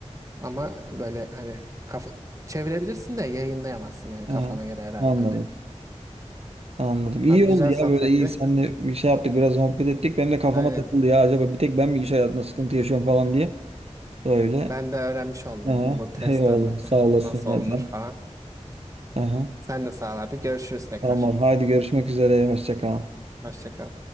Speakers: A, on the right (about 25°); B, on the right (about 55°).
A: Ama böyle hani kafa, çevirebilirsin de yayınlayamazsın yani
B: he.
A: kafana göre herhalde.
B: Anladım. Anladım. İyi
A: Abi
B: oldu
A: güzel
B: ya
A: sohbetti.
B: böyle iyi. Seninle bir şey yaptık biraz muhabbet ettik. Benim de kafama
A: Aynen.
B: takıldı ya acaba bir tek ben mi iş hayatında sıkıntı yaşıyorum falan diye. Öyle.
A: Ben de öğrenmiş oldum
B: Aha,
A: bu testerlık
B: <laughs> eyvallah sağ olasın
A: nasıl
B: zaten.
A: olunur falan.
B: Aha,
A: Sen de sağ ol abi. Görüşürüz tekrar.
B: tamam Haydi görüşmek üzere. Hoşça kal.
A: Hoşça kal.